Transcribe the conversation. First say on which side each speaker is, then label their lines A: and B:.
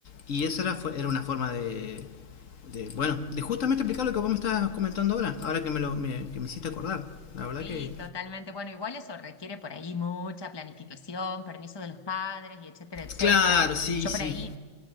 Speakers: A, on the left; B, on the left.
A: y esa era, era una forma de, de, bueno, de justamente explicar lo que vos me estás comentando ahora, ahora que me, lo, me- que me hiciste acordar. La verdad
B: Sí,
A: que...
B: totalmente. Bueno, igual eso requiere por ahí mucha planificación, permiso de los padres y etcétera, etcétera.
A: Claro, sí,
B: Yo
A: sí,
B: por ahí